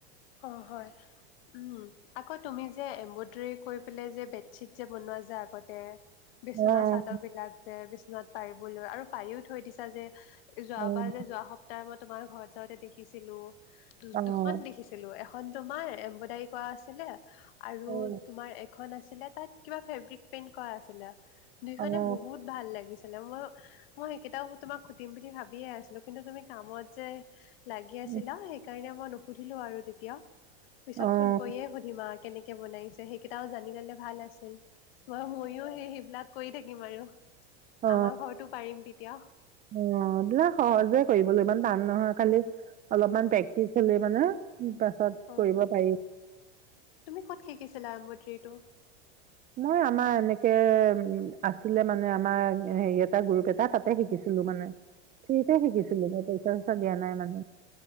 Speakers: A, on the left (about 65°); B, on the right (about 25°).
A: অ' হয়, উম আকৌ তুমি যে যে এমব্ৰইদৰী কৰি পেলাই যে বেডশ্বীট যে বনোৱা যে আগতে। বিছনা
B: অ',
A: চাদৰ বিলাক যে বিচনাত পাৰিব। আৰু পাৰিও থৈ দিছা যে। যোৱাবাৰ
B: অ',
A: যে যোৱা সপ্তাহ আগত। তোমাৰ ঘৰত যাওতে দেখিছিলো । দু-দুখন
B: অ',
A: দেখিছো। এখন তোমাৰ এমব্ৰইডাৰী কৰা আছিলে। আৰু
B: অ',
A: তোমাৰ এখন আছে। আছিলে তাত কিবা ফেব্ৰিক পেইণ্ট কৰা আছিলে। দুইখনে
B: অ', অ',
A: বহুত ভাল লাগিছে। ম মই সেইকেইটাও তোমাক সুধিম বুলি ভাবিয়ে আছিলো কিন্তু তুমি কামত যে লাগি আছিলা
B: এ
A: সেইকাৰণে মই নুসুধিলো আৰু তেতিয়া। পিছত
B: অ',
A: ফোন কৰিয়ে সুধিম আৰু কেনেকে বনাইছে সেইকেইটাও জানি ললে ভাল আছে। ম ময়ো সেই সেইবিলাক । কৰি থাকিম আৰু
B: অ',
A: আমাৰ ঘৰতো পাৰিম তেতিয়া।
B: -অ' এইবিলাক সহজে কৰিব লাগ ইমান । টান নহয় খালি অলপমান প্ৰেক্টিচ হ'লেই মানে পাছত
A: অ',
B: কৰিব পাৰি ।
A: তুমি ক'ত শিকিছিলা এম্ব্ৰইডাৰীটো?
B: মই আমাৰ এনেকে উ আছিলে মানে আমাৰ হেৰি এটা গ্ৰুপ এটা তাতে শিকিছিলো মানে ফ্ৰীতে শিকিছিলো মই পইচা-চইচা দিয়া নাই মানে।